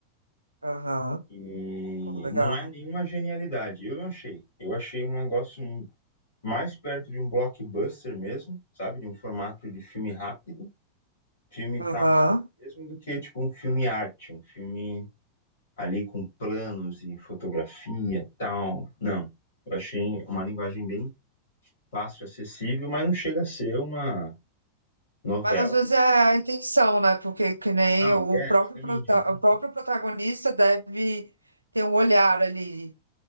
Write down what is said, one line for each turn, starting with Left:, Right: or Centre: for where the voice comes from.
Right: Aham.
Left: E
Right: Pô, legal.
Left: não é nenhuma genialidade, eu não achei. Eu achei um negócio mais perto de um blockbuster mesmo, sabe? De um formato de filme rápido, filme
Right: Aham.
Left: pra massa mesmo, do que tipo um filme arte, um filme ali com planos e fotografia, tal. Não, eu achei uma linguagem bem fácil, acessível, mas não chega a ser uma novela.
Right: Mas às vezes é a intenção, né? Porque que nem
Left: Não,
Right: o
Left: é,
Right: próprio,
Left: justamente,
Right: prota-
Left: é
Right: o próprio protagonista deve ter um olhar ali.